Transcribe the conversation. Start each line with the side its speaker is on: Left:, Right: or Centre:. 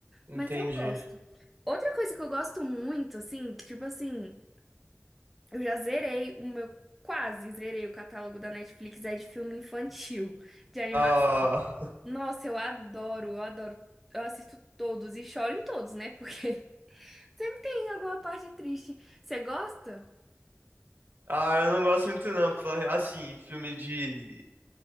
Right: entendi.
Centre: Mas eu gosto. Outra coisa que eu gosto muito, assim, que tipo assim, eu já zerei o meu, quase zerei o catálogo da Netflix, é de filme infantil, de animação.
Right: Ah,
Centre: Nossa, eu adoro, eu adoro. Eu assisto todos e choro em todos, né? Porque <laughs> sempre tem alguma parte triste. Você gosta?
Right: ah, eu não gosto muito não, pra- falar- assim, filme de